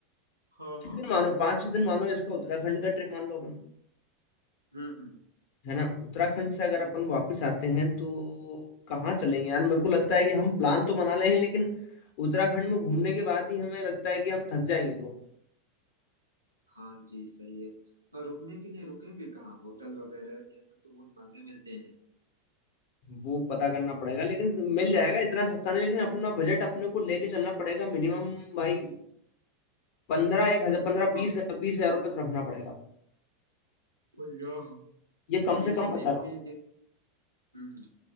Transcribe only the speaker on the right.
हाँ
हाँ
हम्म हम्म
हाँ जी सही है और रुकने के लिए रुकेंगे कहाँ होटल वगैरह यह सब तो बहुत महंगे मिलते हैं
हाँ,
भैया
ठीक
है
देखते
हैं जे हम्म